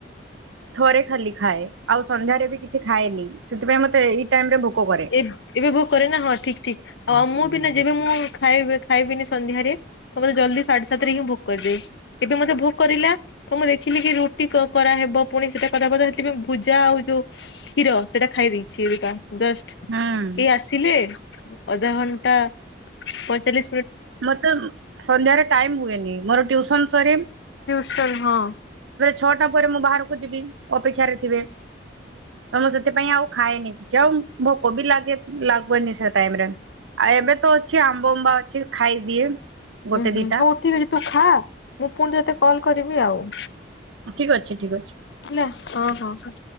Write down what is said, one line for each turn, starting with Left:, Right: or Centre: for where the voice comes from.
Right: ଥରେ ଖାଲି ଖାଏ ଆଉ ସନ୍ଧ୍ୟାରେ ବି କିଛି ଖାଏନି ସେଥିପାଇଁ ମତେ ଏଇ ଟାଇମ ରେ ଭୋକ କରେ।
Left: ଏ ଏବେ ଭୋକରେ ନା ହଁ ଠିକ ଠିକ। ଆ ମୁଁ ବି ନା ଯିବି ମୁଁ ଖାଇବି ଖାଇବିନି ସନ୍ଧ୍ୟାରେ <unintelligible> ଜଲଦି ସାଢେ ସାତେ ରେ ହିଁ ଭୋକ କରିଦିଏ ଏବେ ମତେ ଭୋକ କରିଲା ତ ମୁଁ ଖିଲିକି ରୁଟି କ କରାହେବ ପୁଣି ସେଟା କରାହବ ସେଥିପାଇଁ ଭୁଜା ଆଉ ଯୋଉ କ୍ଷୀର ସେଇଟା ଖାଇ ଦେ ସିଳିପା ଡଷ୍ଟ
Right: ହୁଁ।
Left: ପିଲେ ଅଧା ଘଣ୍ଟା ପଚାରିଲେ
Right: ମତେ ସନ୍ଧ୍ୟାରେ ଟାଇମ ହୁଏନି ମୋର ଟ୍ୟୁସନ ସରି
Left: ଟିଉସନ ହଁ।
Right: ଛଅଟା ପରେ ମୁଁ ବାହାରକୁ ଯିବି ଅପେକ୍ଷାରେ ଥିବେ ତ ମୁଁ ସେଥିପାଇଁ ଆଉ ଖାଏନି କିଛି ଆଉ ଭୋକ ବି ଲାଗେନି ସେ ଟାଇମରେ। ଆ ଏବେ ତ ଅଛି ଆମ୍ବ ଉମ୍ବା ଅଛି ଖାଇଦିଏ ଗୋଟେ
Left: ଉୁଁ ହୁଁ
Right: ଦିଟା
Left: ହଉ ଠିକ ଅଛି ତୁ ଖା। ମୁଁ ପୁଣି ତତେ କଲ୍ କରିବି ଆଉ।
Right: ଠିକ ଅଛି ଠିକ ଅଛି।
Left: ହେଲା ହଁ ହଁ।